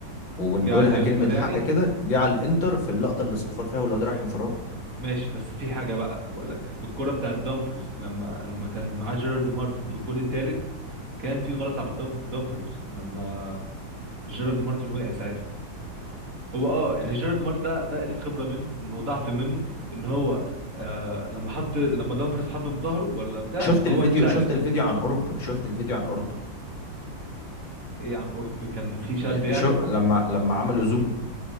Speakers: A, on the left; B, on the right.
A: ونقولها
B: جه على
A: كلمة
B: الانتر يعني
A: حق كده جه على الإنتر في اللقطة اللي صفر فيها والواد راح انفراد
B: ماشي بس في حاجه بقى بقول لك الكره بتاعت دامفرز لما لما كان معاه جيرارد مارتن في الجون الثالث كان في غلط على دام- دامفرز لما جيرارد مارتن وقع ساعتها هو اه يعني جيرارد مارتن ده ده قله خبره منه انه ضعف منه ان هو آه لما حط لما دامفرز حطه في ظهره ولا بتاع
A: شفت
B: هو
A: الفيديو
B: اتشقلب
A: شفت الفيديو عن قرب شفت الفيديو عن قرب
B: ايه عن قرب كان في شد
A: هي-
B: يعني
A: شو لما لما عملوا زوم